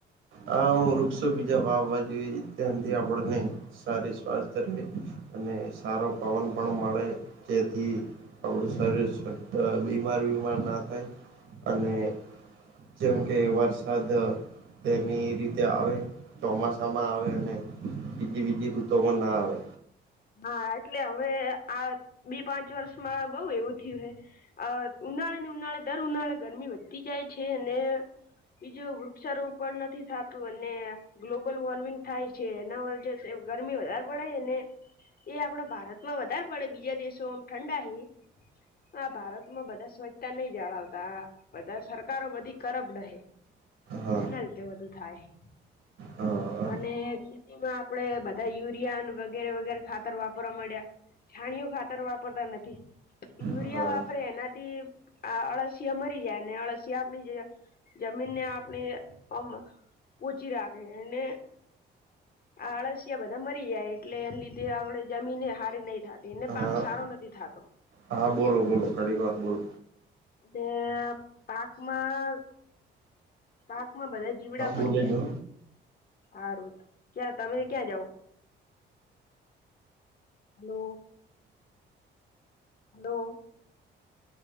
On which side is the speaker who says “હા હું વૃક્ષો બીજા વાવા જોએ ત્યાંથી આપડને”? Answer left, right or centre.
Right